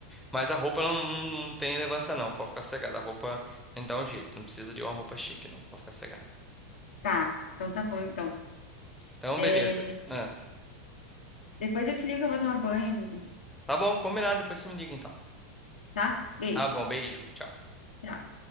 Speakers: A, in the centre; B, on the left.
A: mas a roupa não, não, tem relevância não, pode ficar cegada. A roupa ainda dá um jeito, não precisa de uma roupa chique não, pode ficar cegada.
B: Tá, então tá bom então.
A: Então,
B: É,
A: beleza. Ah,
B: depois eu te ligo que eu vou tomar banho, né?
A: tá bom, combinado, depois você me liga então.
B: tá? Beijo.
A: Tá bom, beijo, tchau.
B: Tchau.